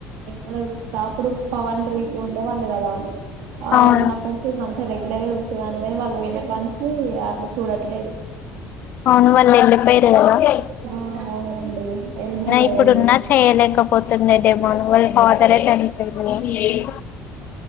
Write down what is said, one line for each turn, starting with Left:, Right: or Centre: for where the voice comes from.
Right: నిను కూడా చూస్తా అప్పుడు పవన్ రీతు ఉండేవాళ్ళు కదా అ
Left: అవును
Right: వాళ్లు ఉన్నపంచె మ రెగ్యులర్గా చూసేదాన్నీ గని వాళ్ళు పోయినా కాంచీ అట్లా చూడట్లేదు
Left: అవును వాళ్ళు వెళ్ళిపోయారు అయినా
Right: ఆ అవునండి ఎలిమినేట్ అయ్యిండు
Left: ఇప్పుడున్నా చేయలేకపోతుండే డే మనువల్ ఫాదరే చనిపోయిరు